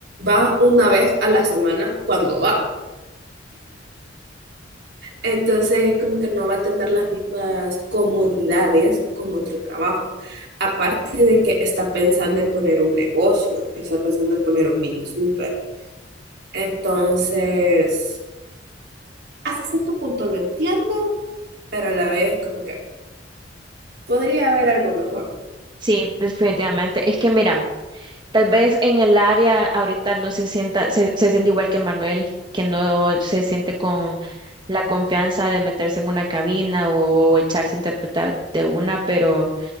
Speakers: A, on the right; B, on the right.
A: va una vez a la semana cuando va. Entonces, como que no va a tener las mismas comodidades con otro trabajo. Aparte de que está pensando en poner un negocio, está pensando en poner un mini súper. Entonces, hasta cierto punto lo entiendo, pero a la vez como que podría haber algo mejor.
B: Sí, definitivamente. Es que mira, tal vez en el área ahorita no se sienta, se, se siente igual que Manuel, que no se siente con la confianza de meterse en una cabina o echarse a interpretar de una, pero